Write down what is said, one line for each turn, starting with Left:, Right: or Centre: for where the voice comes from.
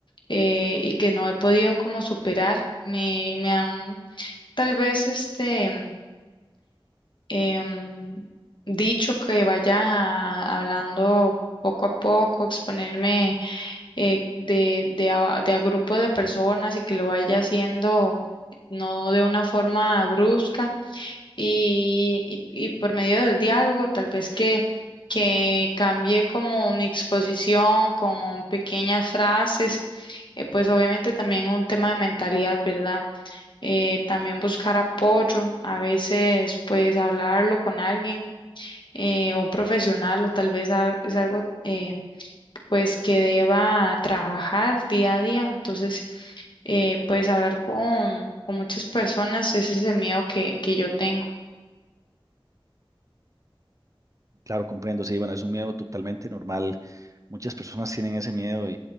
Left: eh, y que no he podido como superar. Me, me han tal vez este em, dicho que vaya a- hablando poco a poco, exponerme eh, de, de, a, de a grupos de personas y que lo vaya haciendo no de una forma brusca y, y, y por medio del diálogo, tal vez que, que cambie como mi exposición con pequeñas frases, eh, pues obviamente también un tema de mentalidad, ¿verdad? Eh, también buscar apoyo, a veces pues hablarlo con alguien. eh, un profesional o tal vez al- es algo eh, pues que deba trabajar día a día. Entonces, eh, pues hablar con, con muchas personas, ese es el miedo que, que yo tengo.
Right: Claro, comprendo, sí, bueno, es un miedo totalmente normal. Muchas personas tienen ese miedo y,